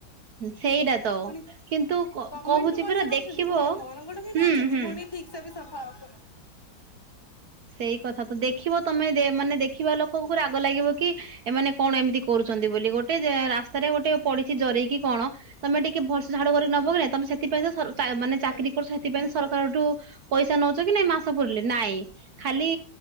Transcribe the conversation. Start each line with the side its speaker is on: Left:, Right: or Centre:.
Right: ସେଇଟା ତ
Left: ପୁଣି
Right: କିନ୍ତୁ
Left: ଗମେଣ୍ଟୁ
Right: କହୁଛି
Left: ପଇସା
Right: ପରା
Left: ନଉଛନ୍ତି
Right: ଦେଖିବ
Left: ପୁଣି ଆମ ମାନଙ୍କଠୁ ବି
Right: ହୁଁ
Left: ନଉଛନ୍ତି
Right: ହୁଁ
Left: ପୁଣି ଠିକ ସେ ବି ସଫା ର କର।
Right: ସେଇ କଥା ତ ଦେଖିବ ତମେ ମାନେ ଦେଖିବା ଲୋକଙ୍କୁ ରାଗ ଲାଗିବ କି ଏମାନେ କଣ ଏମିତି କରୁଛନ୍ତି ବୋଲି ଗୋଟେ ରାସ୍ତାରେ ଗୋଟେ ପଡିଛି ଜରେଇକି କଣ। ତମେ ଟିକେ ଭଲସେ ଝାଡୁ କରିକି ନବ ନା ତମେ ସେଥିପାଇଁ ମାନେ
Left: ହୁଁ
Right: ଚାକିରି କରୁଛ ସେଥିପାଇଁ ସରକାରଠୁ ପଇସା ନଉଛ କି ନାଇଁ, ମାସ ପୁରିଲେ ନାଇଁ ଖାଲି
Left: ହୁଁ।